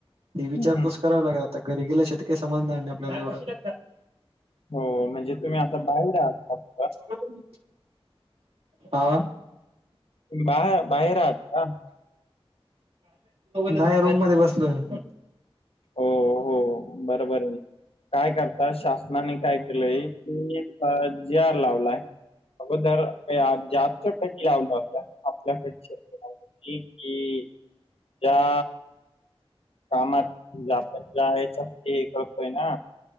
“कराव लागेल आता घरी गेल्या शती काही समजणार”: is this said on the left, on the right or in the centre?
Right